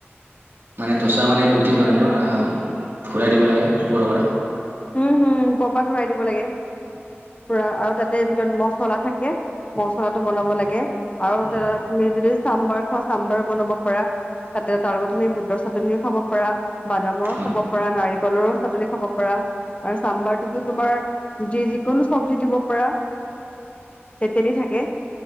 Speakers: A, on the right (about 60°); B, on the left (about 30°).
A: মানে দচা মানে ৰুটিৰ দৰে ন ঘূৰাই দিব লাগে ওপৰৰ পৰা
B: উম হম পপাৰ ঘূৰাই দিব লাগে। পুৰা আৰু তাতে ভিতৰত মচলা থাকে মচলাটো বনাব লাগে আৰু
A: হয়,
B: তা তুমি যদি চাম্বাৰ খোৱা চাম্বাৰো বনাব পাৰা তাতে তাৰ লগত তুমি বুটৰ চাটনিও খাব পাৰা বাদামৰ
A: হয়,
B: খাব পাৰা নাৰিকলৰো চাটনি খাব পাৰা আৰু চাম্বাৰটোতো তোমাৰ যি যিকোনো চব্জি দিব পাৰা তেতেলী থাকে